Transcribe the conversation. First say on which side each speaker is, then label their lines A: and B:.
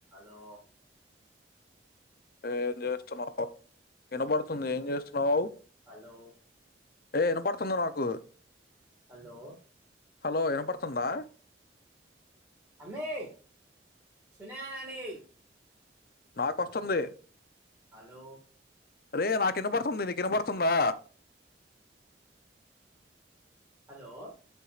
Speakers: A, on the right; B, on the left.
A: నో
B: ఏ ఏం జేస్తున్నావు వినపడుతుంది ఏం జేస్తున్నావ్
A: హలో
B: ఏ ఇనపడుతుంది నాకు
A: హలో
B: హలో వినపడుతుందా
A: అమ్మే సున్నానాది
B: నాకు వొస్తుంది
A: హలో
B: రే నాకు వినబడుతుంది నీకి ఇనబడుతుందా
A: హలో